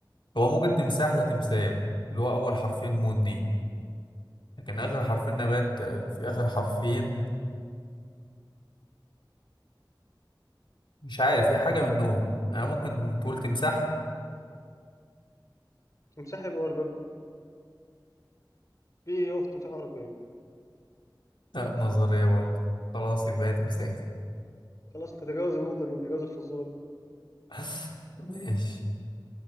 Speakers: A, on the left (about 75°); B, on the left (about 45°).
A: هو ممكن تمساح لا تمثال اللي هو اول حرفين موت دي لكن اخر حرفين نبات آه، في اخر حرفين مش عارف هي حاجه منهم يعني ممكن تقول تمساح
B: تمساح يبقى ورا الباب ليه يقف تمساح ورا الباب
A: لا نظريه برضه خلاص يبقى هي تمثال
B: خلاص نتجاوز النقطة دي نتجاوز الفزورة دي
A: <laughs> ماشي